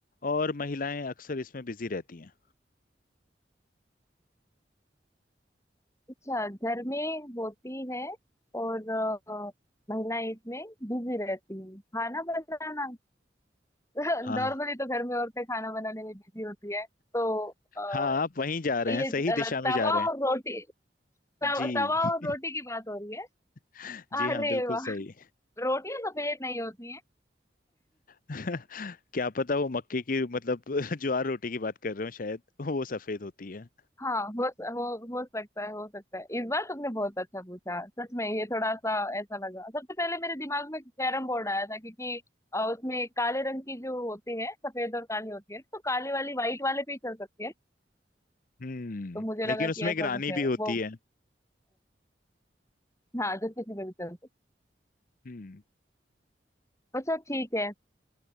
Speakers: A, on the left; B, on the left.
A: और महिलाएं अक्सर इसमें बिजी रहती हैं
B: अच्छा घर में होती है और अ, महिलाएं इसमें बिजी रहती हैं खाना बनाना <laughs>
A: हाँ
B: नॉर्मली तो घर में औरतें खाना बनाने में बिजी होती है तो अ,
A: हाँ आप वहीं जा रहे
B: ये
A: हैं सही
B: अ,
A: दिशा में
B: तवा
A: जा रहे हैं
B: और रोटी तव,
A: जी
B: तवा और रोटी की बात हो रही है
A: <laughs> जी
B: अरे
A: हाँ बिल्कुल
B: वाह
A: सही
B: रोटियां सफेद नहीं होती हैं
A: <laughs> क्या पता वो मक्के की मतलब <laughs> ज्वार रोटी की बात कर रहे हो शायद वो सफेद होती है
B: हाँ हो हो हो सकता है हो सकता है इस बार तुमने बहुत अच्छा पूछा सच में ये थोड़ा सा ऐसा लगा सबसे पहले मेरे दिमाग में कैरम बोर्ड आया था क्योंकि अ, उसमें काले रंग की जो होती है सफेद और काली होती है तो काले वाली व्हाइट वाले पे ही चल सकती है
A: हम्म
B: तो मुझे
A: लेकिन
B: लगा कि
A: उसमें
B: ऐसा
A: ग्रानी
B: कुछ है
A: भी होती
B: वो
A: है
B: हाँ जो किसी पे भी चल सकती
A: हम्म
B: है। अच्छा ठीक है अ,